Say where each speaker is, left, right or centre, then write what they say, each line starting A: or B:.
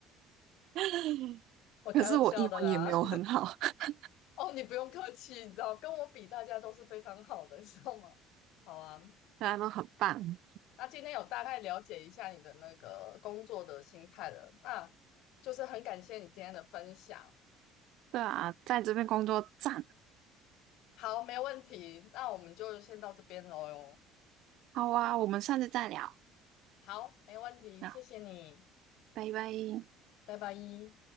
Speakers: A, on the right; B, on the left.
A: <laughs>
B: <laughs> 我开玩笑的啦。
A: 可是我英文也没有很好，<laughs>
B: <laughs> 哦，你不用客气，你知道，跟我比，大家都是非常好的，<laughs> 你知道吗？好啊，
A: 大家都很棒。
B: 那今天有大概了解一下你的那个工作的心态了，那就是很感谢你今天的分享。
A: 对啊，在这边工作赞。
B: 好，没问题，那我们就先到这边喽哟。
A: 好啊，我们下次再聊。
B: 好，没问题，
A: 那
B: 谢谢你，
A: 拜拜。
B: 拜拜。